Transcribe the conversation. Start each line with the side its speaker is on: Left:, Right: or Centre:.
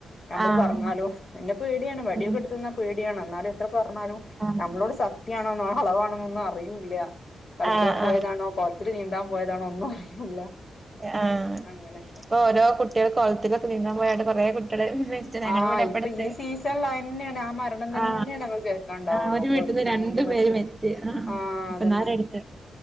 Left: നമ്മള്
Right: ആഹ്
Left: പറഞ്ഞാലോ എന്നെ പേടിയാണ് വടിയൊക്കെ
Right: ഉം
Left: എടുത്ത് നിന്നാ പേടിയാണ് എന്നാല് പറഞ്ഞാലും
Right: ആഹ്
Left: നമ്മളോട് സത്യയാണോ കളവാണോന്ന് ഒന്നും അറി യത്തില്ല കളിക്കാൻ
Right: ആഹ്
Left: പോയതാണോ
Right: ആഹ്
Left: കൊളത്തില് നീന്താൻ പോയതാണോ ഒന്നും അറിയൂല്ല
Right: ആ
Left: അങ്ങനെയൊക്കെ
Right: ഇപ്പൊ ഓരോ കുട്ടികൾ കോളത്തിലൊക്കെ നീന്താൻ പോയി ട്ട് കുറേ കുട്ടികള് ഞങ്ങള
Left: ആഹ്
Right: ഇവിടെ എപ്പടത്ത്
Left: ഇപ്പൊ ഈ സീസണിൽ തന്നെയാണ് ആ മരണം തന്നെയാണ്
Right: ആ
Left: നമ്മൾ കേൾക്കാണ്ടാവുള്ളൂ
Right: ആ ഒരു
Left: കുളത്തില്
Right: വീട്ടിൽന്ന് രണ്ടു
Left: മുങ്ങി മരിച്ചു
Right: പേര് മരിച്ച് ആ
Left: ആഹ്
Right: ഇപ്പൊന്നാളടുത്ത്
Left: അതന്നെ